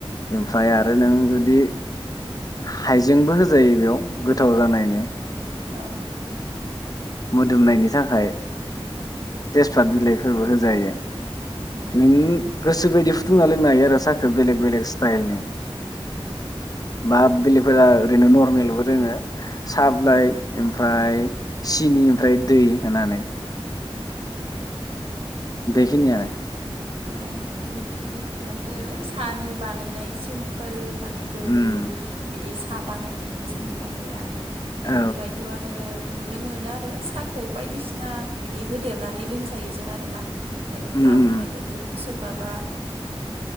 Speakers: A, on the left (about 40°); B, on the right (about 80°).
A: ओमफ्राय आरो नों जुदि हाइजेंबो होजायो बेयाव गोथाव जानायनि
B: औ
A: मोदोमनायनि थाखाय तेजपात बिलाइफोरबो होजायो
B: औ
A: नों गोसो बायदि फुदुंना लोंनो हायो आरो साहाखौ बेलेग बेलेग स्टाइलनि बा बेलेगफोरा ओरैनो नरमेलबो लोङो साह बिलाइ ओमफ्राय सिनि ओमफ्राय दै होनानै बेखिनिआनो
B: औ औ बेखिनियानो साहानि बानायनाय सिम्पोल माने गोरलै
A: उम
B: बिदि सा साहा बानायनायनि जोंनि माबाया बेनिफ्रायथ'
A: औ
B: आरो नुनो मोनो आरो साहाखौ बायदिसिना बिदि होदेरनानै लोंजायो जों आरोना नोंथाङा
A: उम उम
B: बुंनाय बायदि सोरबा बा